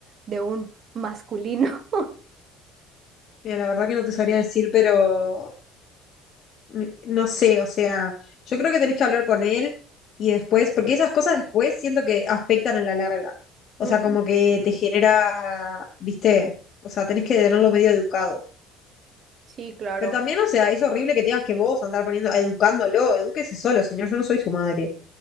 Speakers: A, on the right; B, on the left.
A: de un masculino. <laughs>
B: Mira, la verdad que no te sabría decir, pero mi- no sé, o sea, yo creo que tenés que hablar con él y después, porque esas cosas después siento que afectan a la larga. O
A: Mm,
B: sea, como que te genera, viste, o sea, tenés que tenerlo medio educado.
A: Sí, claro.
B: Pero también, o sea, es horrible que tengas que vos andar poniendo, educándolo, edúquese solo, señor, yo no soy su madre.